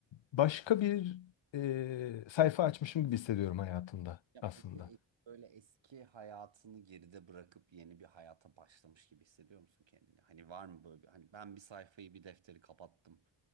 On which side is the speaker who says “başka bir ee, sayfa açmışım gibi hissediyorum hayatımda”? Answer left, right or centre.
Left